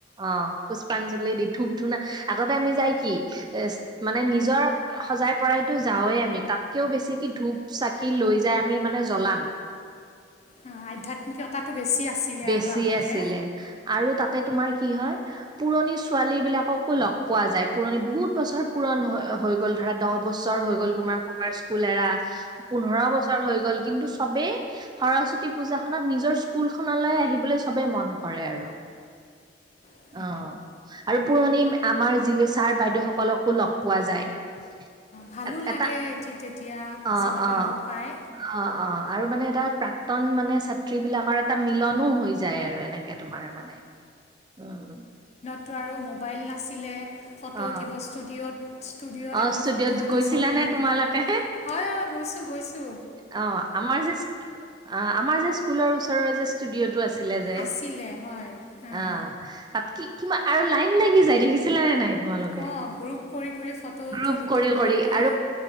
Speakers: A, on the right; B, on the left.
A: অ পুষ্পাঞ্জলি দি ধূপ ধূনা আগতে আমি যায় কি। এ মানে নিজৰ সজাই পৰাইতো যাওৱে আমি তাতকেও বেছি কি ধূপ চাকি লৈ। লৈ যাই আমি মানে জ্বলাম।
B: অ আধ্যাত্মিকতাটো বেছি। আছিলে
A: বেছি
B: আৰু আগতে
A: আছিলে আৰু তাত। তাতে তোমাৰ কি হয় পুৰণি ছোৱালী বিলাককো লগ পোৱা যায় পুৰণি বহুত বছৰ পুৰণ। হৈ গল ধৰা দহ বছৰ হৈ গল তোমাৰ কবাৰ স্কুল এৰা পোন্ধৰ বছৰ হৈ গ'ল কিন্তু চব। সবে সৰস্বতী পূজাখনত নিজৰ স্কুলখনত। লৈ আহিবলৈ সবে মন কৰে আৰু।
B: প <unintelligible>
A: অ আৰু পুৰণি আমাৰ যি ছাৰ বাইদেউ সকলকো লগ পোৱা যায়।
B: ভালো লাগে
A: এটা
B: এটি তেতিয়া
A: অ
B: চবকে
A: অ
B: লগ পায়।
A: অ অ আৰু মানে এটা প্ৰাক্তন মানে ছাত্ৰী বিলাকৰ এটা মিলনো হৈ যায় আৰু এনেকুৱা। এনেকে তোমাৰ মানে উম।
B: টো আৰু মোবাইল নাছিলে ফটো
A: অ
B: উঠিব ষ্টুডিঅ'। ষ্টুডিঅত
A: অ
B: এখন
A: ষ্টুডিঅ'ত
B: ফটো উটো
A: গৈছিলা
B: চবে
A: নে
B: মিলি
A: তোমালোকে
B: হয় হয় গৈছো গৈছো।
A: অ আমাৰ যে অ আমাৰ যে। স্কুলৰ ওচৰ যে ষ্টুডিঅটো আছিলে যে
B: আছিলে হয়
A: অ। তাত কি কি আৰু লাইন লাগি যায় দেখিছিলা নে নাই তোমালোকে।
B: অঁ গ্ৰুপ কৰি কৰি ফটো উঠোঁ
A: গ্ৰুপ
B: গোটেইবিলাকে
A: কৰি কৰি আৰু